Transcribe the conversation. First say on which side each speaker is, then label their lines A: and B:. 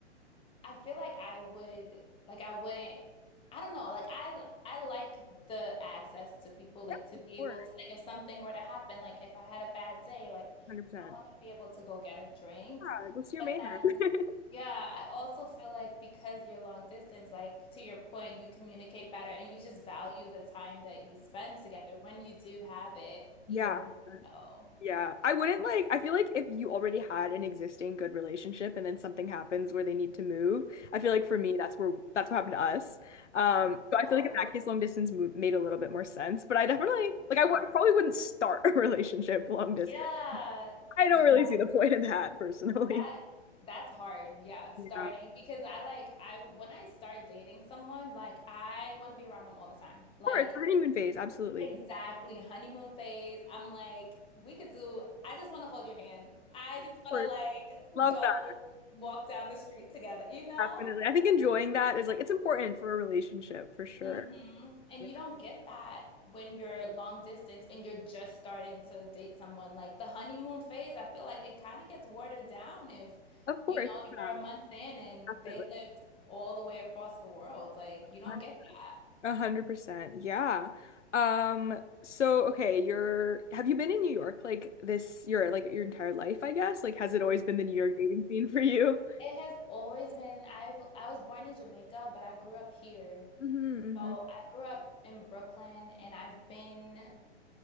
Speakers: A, on the left (about 15°); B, on the left (about 85°).
A: I feel like I would like I wouldn't I don't know. Like I I like the access to people like
B: Yeah,
A: to
B: of
A: be
B: course,
A: able to like if something were to happen like if I had a bad day like
B: 100%.
A: I want to be able to go get a drink.
B: Yeah, go see your
A: But
B: man.
A: then
B: <laughs>
A: yeah, I also feel like because you're long distance like to your point you communicate better and you just value the time that you spend together when you do have it
B: Yeah.
A: even more
B: Yeah.
A: so.
B: Yeah. I wouldn't like, I feel like if you already had an existing good relationship and then something happens where they need to move, I feel like for me, that's where that's what happened to us. Um, so
A: Oh,
B: I feel like in that case, long distance mo made a little bit more sense, but I definitely like,
A: yeah.
B: I w I probably wouldn't start <laughs> a relationship long distance.
A: Yeah.
B: I don't
A: Yeah,
B: really see the point of that personally.
A: that that's hard. Yeah, starting
B: Yeah.
A: because I like I when I start dating someone, like I want to be around them all the time. Like
B: course, the honeymoon phase, absolutely.
A: exactly
B: Of
A: honeymoon phase. I'm like we could do I just want to hold your hand. I just
B: course.
A: want to like
B: Love
A: go
B: that.
A: walk down the street together, you know?
B: Definitely. I think enjoying that is like it's important for a relationship for sure.
A: hmm And
B: Yeah.
A: you don't get that when you're long distance and you're just starting to date someone. Like the honeymoon phase, I feel like it kind of gets watered down if,
B: Of course.
A: you know,
B: Yeah,
A: you're a month in and
B: definitely.
A: they live all the way across the world. Like you don't
B: 100%.
A: get that.
B: A hundred percent. Yeah. Um, so okay, you're have you been in New York like this your like your entire life, I guess? Like has it always been the New York dating scene for you?
A: It has always been, I've I was born in Jamaica, but I grew up here.
B: Mm-hmm,
A: So
B: hmm
A: I grew up in Brooklyn and I've been